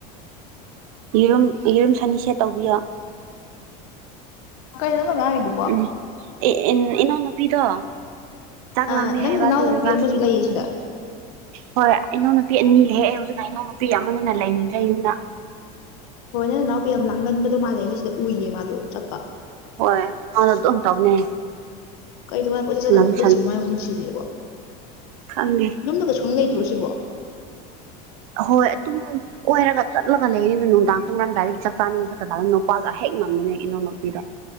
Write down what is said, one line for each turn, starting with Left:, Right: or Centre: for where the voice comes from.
Right: ꯌꯦꯔꯨꯝ ꯌꯦꯔꯨꯝ ꯁꯅꯤꯁꯦ ꯇꯧꯕꯤꯌꯣ
Left: ꯀꯩꯅꯣ ꯅꯪ ꯉꯥꯡꯉꯤꯗꯨꯕꯣ
Right: ꯎꯝ ꯑꯦ ꯑꯦ ꯏꯅꯥꯎ ꯅꯨꯄꯤꯗꯣ ꯆꯥꯛ
Left: ꯑꯥ
Right: ꯂꯥꯝꯃꯦ
Left: ꯅꯪ
Right: ꯍꯥꯏꯕ
Left: ꯅꯅꯥꯎꯅꯨꯄꯤ
Right: ꯑꯗꯨ ꯑꯣꯏꯔꯒ
Left: ꯑꯃꯁꯨ ꯂꯩꯌꯦ ꯁꯤꯗ
Right: ꯍꯣꯏ ꯏꯅꯥꯎꯅꯨꯄꯤ ꯑꯅꯤ ꯂꯩ ꯑꯩ ꯍꯧꯖꯤꯛꯅ ꯏꯅꯥꯎ ꯅꯨꯄꯤ ꯌꯥꯝꯃꯅ ꯂꯩꯅꯤꯡꯗ꯭ꯔ ꯌꯨꯝꯗ
Left: ꯍꯣꯏ ꯅꯪ ꯅꯅꯥꯎꯄꯤ ꯌꯥꯝ ꯂꯥꯡꯒꯟꯕꯗꯣ ꯃꯥꯜꯂꯦ ꯑꯩꯅ ꯁꯤꯗ ꯎꯏꯌꯦ ꯃꯥꯗꯣ ꯆꯠꯄ
Right: ꯍꯣꯏ ꯍꯥꯟꯅ ꯑꯗꯨꯝ ꯇꯧꯕꯅꯦ
Left: ꯀꯩꯅꯣ ꯃꯥꯅ ꯀꯣꯏꯆꯠ ꯆꯠꯂꯒ
Right: ꯁꯥꯟꯅꯁꯨ
Left: ꯑꯗꯨꯝ ꯂꯩꯁꯤꯕꯣ ꯃꯥꯏ ꯄꯨꯟꯁꯤꯁꯤꯕꯣ
Right: ꯈꯪꯉꯦ
Left: ꯌꯨꯝꯗꯒ ꯁꯨꯡꯂꯩ ꯂꯩꯇ꯭ꯔꯣ ꯁꯤꯕꯣ
Right: ꯍꯣꯏ ꯑꯗꯨꯝ <inaudible> ꯀꯣꯏꯔꯒ ꯆꯠꯂꯒ ꯂꯩꯅꯤꯗꯣ ꯅꯨꯡꯗꯥꯡ ꯇꯨꯝꯔꯝꯗꯥꯏꯔꯦꯛꯀꯤ ꯆꯥꯛ ꯆꯥꯅꯤꯡꯉ ꯈꯛꯇ ꯂꯥꯛꯌꯦ ꯅꯨꯄꯥꯒ ꯍꯦꯛ ꯉꯝꯕꯅꯦ ꯏꯅꯥꯎꯅꯨꯄꯤꯗꯣ